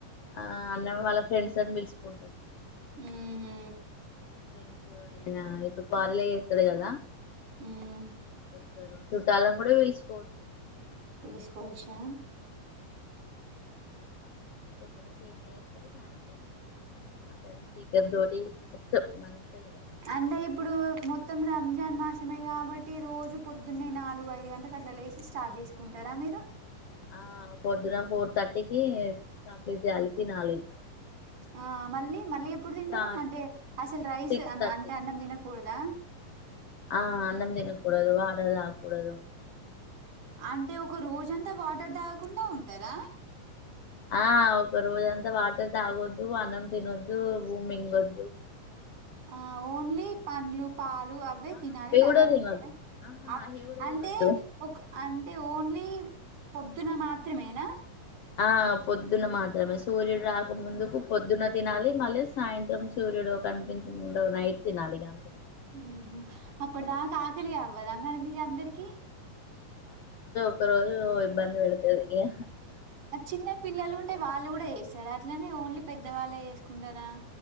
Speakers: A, on the left; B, on the right.
A: ఆ అన్న వాళ్ ఫ్రెండ్స్ అని పిలుచుకుంటారు
B: హ్మ్ హు
A: ఫ్రెండ్సు ఇగ ఇప్పుడు వాళ్ళే చెత్తరు కదా
B: మ్మ్
A: స్తరు చుట్టాలను కూడా పిలుసుకోవచ్చు
B: పిలుసుకోవచ్చా
A: పొద్దున సేమ్యా చేస్తారు సాయంత్రం మాం చికన్ తోటి ఇష్టం మన ఇష్టం ఇక
B: అంటే ఇప్పుడు మొత్తం రంజాన్ మాస్ సమే కాబట్టి ఈ రోజు పొద్దున్నే నాలుగు ఐదు గంటలకు అట్లా లేచి స్టార్ట్ చేసుకుంటారా మీరు
A: ఆ పొద్దున ఫోర్ థర్టీకి కంప్లీట్ చేయాలి తినాలి
B: ఆ మళ్ళీ మళ్ళీ ఎప్పుడు తింటరు
A: సా
B: అంటే అసలు రైస్
A: సిక్స్ థర్టీ
B: అంటే అన్నం తినక కూడదా
A: ఆ అన్నం తినకూడదు వాటర్ తాగకూడదు
B: అంటే ఒక రోజంతా వాటర్ తాగకుండా ఉంటారా
A: ఆ ఒక రోజ అంతా వాటర్ తాగొద్దు అన్నం తినోద్దు బువ్వ మింగొద్దు
B: ఆ ఓన్లీ పండ్లు పాలు అవే
A: ఆ
B: తినాలి
A: అవి
B: తాగాలి
A: కూడా తినొద్దు
B: అంతేనా
A: ఆహా
B: అ
A: అవి కూడా
B: అంటే
A: తినొద్దు
B: ఒక అంటే ఓన్లీ టె పొద్దున మాత్రమేనా
A: ఆ పొద్దున్న మాత్రమే సూర్యుడు రాకముందుకు పొద్దున్న తినాలి మళ్ళీ సాయంత్రం సూర్యుడు కనిపించకుండ నైట్ తినాలి కా
B: మ్మ్ హు అప్పుడు దాకా ఆకలి అవ్వదా మరి మీకు అందరికి
A: ఒక్క రోజు ఇబ్బంది పెడతది ఏ
B: చిన్న పిల్లలు ఉంటే వాళ్ళు కూడా చేస్తారా అట్లనే ఓన్లీ పెద్దవాళ్ళే చేసుకుంటారా